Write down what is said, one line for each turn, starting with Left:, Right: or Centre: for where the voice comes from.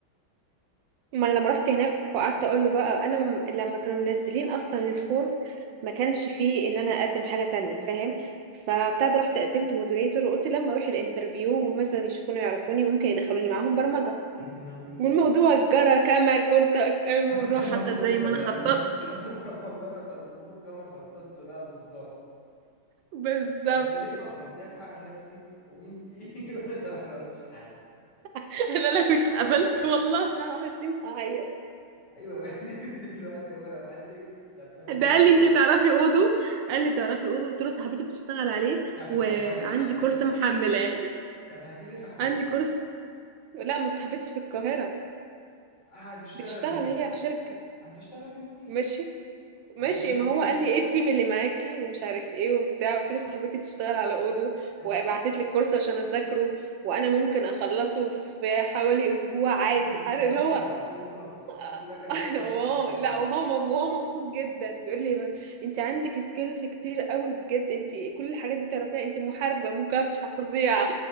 Right: ما انا لما رحت هناك وقعدت اقول له بقى انا م- لما كانوا منزلين اصلا الفورم ما كانش فيه ان انا اقدم حاجه تانية فاهم فابتدى رحت قدمت مودريتور وقلت لما اروح الانترفيو ومثلا يشوفوني ويعرفوني ممكن يدخلوني معاهم برمجه
Left: إيه الدماغ دي
Right: والموضوع جرى كما كنت أك- الموضوع
Left: <laughs> كما
Right: حصل
Left: خدت
Right: زي ما
Left: لا
Right: انا خططت
Left: <laughs> وجرت الامور كما خططت لها بالظبط
Right: بالظبط
Left: بس ليه فخمتيها في حق نفسك وانت <laughs> ما تعرفيش حد
Right: <laughs> انا لو اتقبلت والله العظيم هعيط
Left: ايوه <laughs> دلوقتي هو لو قال لك طب ما ماشي
Right: ده قال
Left: يا-
Right: لي انت تعرفي اودو قال لي تعرفي اودو قلت له صاحبتي بتشتغل عليه
Left: طب حلو
Right: وعندي
Left: هاتي لي صاحبتك
Right: كورس محملاه
Left: طب هاتي لي صاحبتك
Right: عندي كورس لا ما صاحبتي في القاهرة
Left: هنشتغل
Right: بتشتغل
Left: ريموتلي
Right: هي في شركة
Left: هتشتغل ريموتلي
Right: ماشي
Left: هتعملي
Right: ماشي ما هو
Left: ايه
Right: قال لي ايه التيم اللي معاكي ومش عارف ايه وبتاع قلت له صاحبتي بتشتغل على اودو
Left: ايوه
Right: وبعتت لي الكورس عشان اذاكره وانا ممكن اخلصه في حوالي اسبوع عادي
Left: انت بتهجصي
Right: انا اللي هو
Left: طبعا كل ده هجس
Right: <laughs>
Left: كل ده كلام في البتنجان
Right: اه لا وهو م- وهو مبسوط جدا بيقول لي ما- انت عندك سكيلز كتير قوي بجد انت كل الحاجات دي تعرفيها انت محاربة مكافحة فظيعة